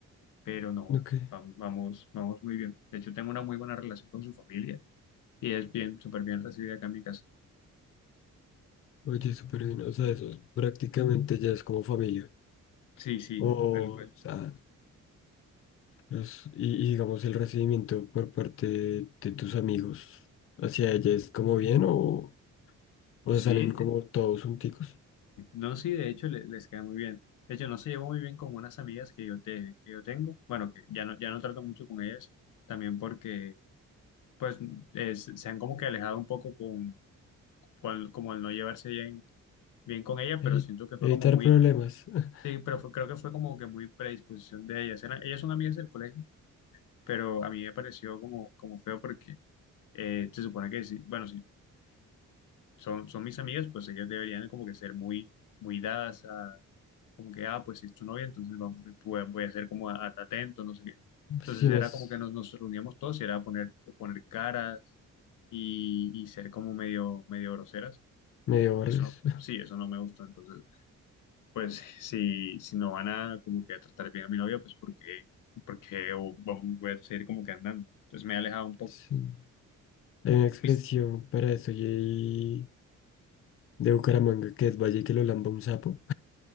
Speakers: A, on the left (about 80°); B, on the left (about 45°).
A: Pero no,
B: Ok,
A: vamos, vamos, vamos muy bien. De hecho, tengo una muy buena relación con su familia y es bien, súper bien recibida acá en mi casa.
B: oye, súper bien. O sea, eso prácticamente ya es como familia.
A: Sí, sí,
B: O,
A: tal cual.
B: sea, los- y, y digamos el recibimiento por parte de de tus amigos hacia ella es como bien o, o
A: Sí,
B: sea, salen como todos junticos.
A: <laughs> no, sí, de hecho le- les queda muy bien. De hecho, no se llevó muy bien con unas amigas que yo, te, que yo tengo. Bueno, que ya no, ya no trato mucho con ellas, también porque pues eh, se se han como que alejado un poco con, con- como el no llevarse bien, bien con ella, pero
B: Evi-
A: siento que fue
B: Evitar
A: como muy,
B: problemas. <laughs>
A: sí, pero fue- creo que fue como que muy predisposición de ella. Era- Ellas son amigas del colegio, pero a mí me pareció como, como feo porque eh, se supone que sí, bueno, sí, son, son mis amigas, pues ellas deberían como que ser muy, muy dadas a, como que, ah, pues si es tu novia, entonces va- voy, voy a ser como a- atento, no sé qué. Entonces
B: Sí,
A: era
B: más.
A: como que nos, nos reuníamos todos y era poner, poner caras y, y ser como medio, medio groseras.
B: medio bordes.
A: Eso,
B: <laughs>
A: sí, eso no me gustó. Entonces, pues si, si no van a como que a tratar bien a mi novia, pues porque, porque voy a seguir como que andando. Entonces me he alejado un poco.
B: Sí. Hay una expresión
A: Y mis-
B: para eso y hay de Bucaramanga que es Valle que lo lamba un sapo.